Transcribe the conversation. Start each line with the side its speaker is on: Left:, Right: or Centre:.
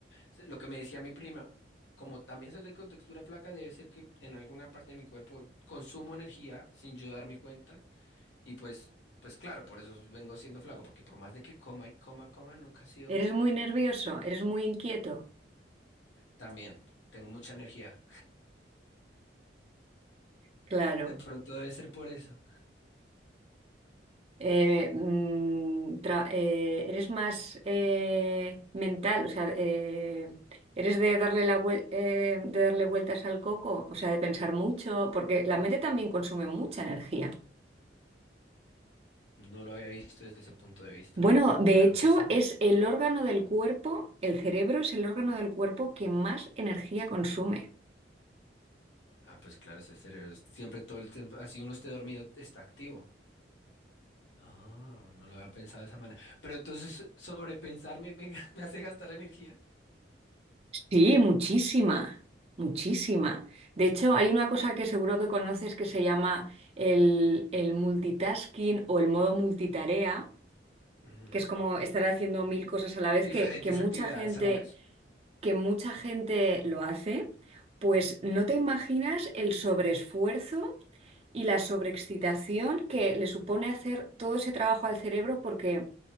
Left: se- lo que me decía mi prima, como también soy de contextura flaca, debe ser que en alguna parte de mi cuerpo consumo energía sin yo darme cuenta Y pues, pues claro, por eso vengo siendo flaco, porque por más de que coma y coma, coma, nunca ha sido
Right: ¿Eres muy nervioso? ¿Eres muy inquieto?
Left: tan bien. Tengo mucha energía.
Right: Claro.
Left: De pronto debe ser por eso.
Right: Eh, mm, tra- eh, ¿eres más eh, mental? O sea, eh, ¿eres de darle la vuel- eh, de darle vueltas al coco? O sea, de pensar mucho, porque la mente también consume mucha energía.
Left: No lo había visto desde ese punto de vista.
Right: Bueno, de
Left: Claro
Right: hecho,
Left: que sí.
Right: es el órgano del cuerpo, el cerebro es el órgano del cuerpo que más energía consume.
Left: Ah, pues claro, ese cerebro es- siempre todo el tiempo, así uno esté dormido, está activo. Ah, no lo había pensado de esa manera. Pero entonces sobrepensarme me, ga- <laughs> me hace gastar energía.
Right: Sí, muchísima, muchísima. De hecho, hay una cosa que seguro que conoces que se llama el, el multitasking o el modo multitarea,
Left: Ujú.
Right: que es como estar haciendo mil cosas a la vez,
Left: Diferentes
Right: que, que mucha
Left: actividades
Right: gente,
Left: a la vez.
Right: que mucha gente lo hace, pues no te imaginas el sobreesfuerzo y la sobreexcitación que le supone hacer todo ese trabajo al cerebro, porque